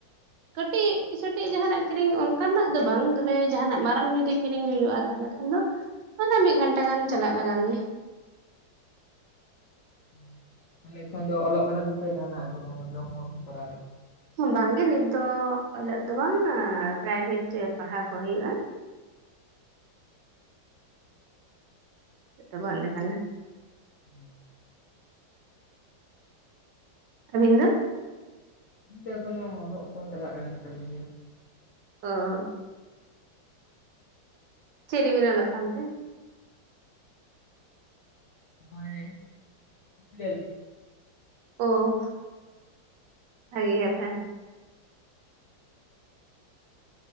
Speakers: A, on the right (about 75°); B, on the left (about 85°).
A: ᱠᱟᱹᱴᱤᱡ ᱥᱟᱹᱴᱤᱡ ᱡᱟᱦᱟᱱᱟᱜ ᱠᱤᱨᱤᱧ ᱚᱱᱠᱟᱱᱟᱜ ᱫᱚ ᱵᱟᱝ ᱛᱚᱵᱮ ᱡᱟᱦᱟᱱᱟᱜ ᱢᱟᱨᱟᱝ ᱡᱩᱫᱤ ᱠᱤᱨᱤᱧ ᱦᱩᱭᱩᱜ-ᱟ ᱛᱟᱦᱚᱞᱮ ᱠᱷᱟᱱ ᱫᱚ ᱢᱱᱟᱮ ᱢᱤᱫ ᱜᱷᱟᱱᱴᱟ ᱜᱟᱱ ᱪᱟᱞᱟᱜ ᱞᱟᱜᱟᱣ ᱞᱮᱭᱟ᱾
B: <inaudible> ᱛᱟᱦᱞᱮ ᱮᱠᱷᱚᱱ ᱫᱚ ᱚᱞᱚᱜ ᱠᱟᱱᱟᱵᱤᱱ ᱥᱮ ᱡᱟᱦᱟᱱᱟᱜ ᱠᱳᱱᱳ ᱡᱚᱵ ᱢᱚᱵ ᱵᱤᱱ ᱠᱚᱨᱟᱣ ᱮᱫᱟ?
A: ᱵᱟᱝᱜᱮ ᱱᱤᱛ ᱫᱚ ᱚᱞᱚᱜ ᱫᱚ ᱵᱟᱝ ᱮ ᱯᱨᱟᱭᱵᱷᱮᱴ ᱨᱮ ᱯᱟᱲᱦᱟᱣ ᱠᱚ ᱦᱩᱭᱩᱜ-ᱟ᱾ ᱡᱚᱛᱚ ᱵᱚᱱᱫ ᱞᱮᱠᱟᱱᱟ᱾
B: ᱦᱩᱸ᱾
A: ᱟᱵᱤᱱ ᱫᱚ?
B: ᱤᱧ ᱫᱚ ᱮᱠᱷᱚᱱᱳ ᱚᱞᱚᱜ ᱠᱚᱦᱚ ᱪᱟᱞᱟᱜ ᱠᱟᱱ ᱜᱮᱛᱟᱞᱤᱧ ᱜᱮᱭᱟ᱾
A: ᱚᱻ᱾ ᱪᱤᱜ ᱨᱤᱵᱤᱱ ᱚᱞᱚᱜ ᱠᱟᱱ ᱛᱮ?
B: ᱢᱚᱭ ᱴᱩᱭᱮᱞᱯᱷ᱾
A: ᱳ᱾ ᱵᱷᱟᱜᱮ ᱠᱟᱛᱷᱟ᱾